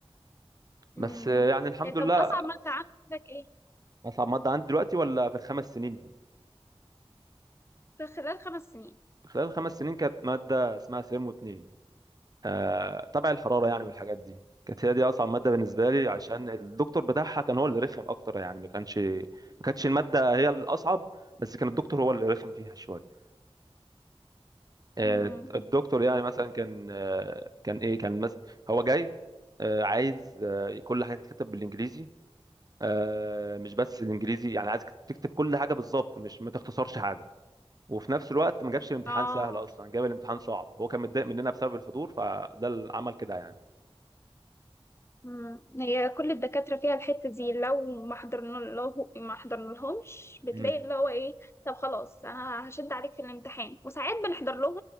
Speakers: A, on the right; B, on the left.
A: بس
B: مم.
A: يعني الحمد
B: إيه طب
A: لله
B: اصعب مادة عندك ايه؟
A: اصعب ماده عندي دلوقتي ولا في الخمس سنين
B: في خلال خمس سنين
A: خلال الخمس سنين كانت ماده اسمها سيرمو اتنين آه، تبع الحراره
B: مم.
A: يعني والحاجات دي كانت هي دي اصعب ماده بالنسبه لي
B: مم.
A: عشان الدكتور بتاعها كان هو اللي رخم اكتر يعني ما كانش ما كانتش الماده هي الاصعب بس كان الدكتور هو اللي رخم فيها شويه آه،
B: مم.
A: الدكتور يعني مثلا كان آه، كان ايه كان مثلا هو جاي آه، عايز آه، كل حاجه تتكتب بالانجليزي آه، مش بس الانجليزي يعني عايز تكتب كل حاجه بالظبط مش ما تختصرش حاجه وفي نفس الوقت ما جابش الامتحان
B: اه
A: سهل اصلا جاب الامتحان صعب هو كان متضايق مننا بسبب الحضور فده اللي عمل كده يعني
B: مم. هي كل الدكاترة فيها الحتة دي لو ما حضرنا له ما حضرنا لهمش بتلاقي
A: مم.
B: اللي هو ايه طب خلاص انا هشد عليك في الامتحان وساعات بنحضر لهم